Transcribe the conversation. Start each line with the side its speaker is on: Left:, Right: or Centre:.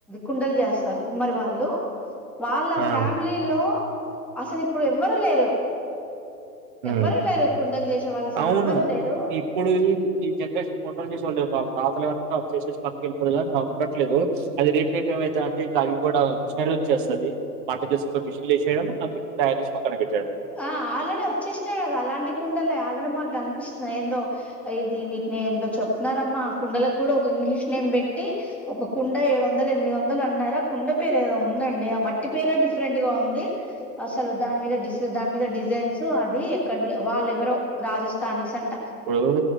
Centre: కుండలు చేస్తారు కుమ్మరి వాళ్ళు వాళ్ళ
Right: ఆ!
Centre: ఫ్యామిలీలో అసలు ఇప్పుడు ఎవ్వరు లేరు
Right: ఉ
Centre: ఎవ్వరు లేరు కుండలు చేసే వాళ్ళు అసలు
Right: అవును
Centre: ఎవ్వరు లేరు
Right: ఇప్పుడు ఈ ఈ జనరేషన్ కొండలు చేసే వాళ్ళు లేరు పాతలుమన్నా చేసేసి పక్కకి వెళతుదు ఉండట్లేదు అది రీపీప్ ఏమవుతుంది అంటే ఇంకా అవి కూడా మిషనరీ వచ్చేస్తుంది మాట్ తీసి మిషన్లు వేయ ఆ మిషన్ తయారు చేసి పక్కన పెట్టేయడం
Centre: ఆ ఆల్రెడీ వచ్చేసినాయి కదా అలాంటి కుండలు ఆల్రెడీ మాకు కనిపిస్తున్నాయి దొ ఇది వీటిని ఏందో చెప్తున్నారమ్మా, కుండలకు కూడా ఒక ఇంగ్లీష్ నేమ్ పెట్టి ఒక కుండ ఏడు వందలు ఎనిమిది వందలు అన్నారా కుండ పేరు ఏదో ఉందండి ఆ మట్టి పేర డిఫరెంట్ గా ఉంది అసలు దాని మీద డిస్ దాని మీద డిజైన్స్ అది ఎక్క వాళ్ళు ఎవరో రాజస్థాని అ
Right: ఇప్పుడూ